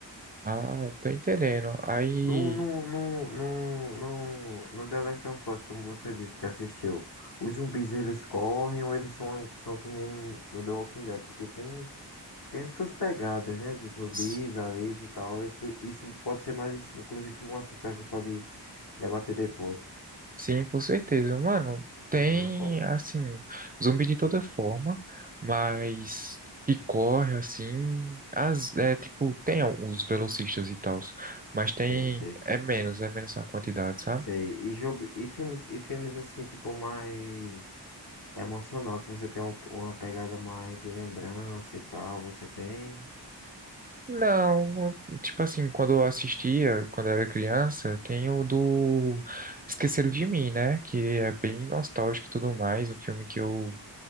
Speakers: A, on the right (about 20°); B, on the left (about 60°).
A: Ah, tô entendendo. Aí,
B: No, no, no, no, no, no The Last of Us, como você disse que assistiu, os zumbis eles correm ou eles são, são que nem no The Walking Dead? Porque tem. Tem as suas pegadas, né? De zumbis,
A: s-
B: aliens e tal. Isso, isso pode ser mais, isso, inclusive, um assunto que a gente pode debater depois,
A: sim, com certeza. Mano, tem,
B: da melhor forma.
A: assim, zumbi de toda forma, mas que corre, assim, as, é, tipo, tem os velocistas e tals, mas tem,
B: Sei, sei, sei,
A: é menos,
B: sei. Sei.
A: é menos a quantidade, sabe?
B: Sei. E jogo, e filmes, e filmes assim, tipo, mais emocional, que você tem um- uma pegada mais de lembrança e tal, você tem.
A: Não, não- tipo assim, quando eu assistia, quando eu era criança, tem o do Esqueceram de Mim, né? Que é bem nostálgico e tudo mais, um filme que eu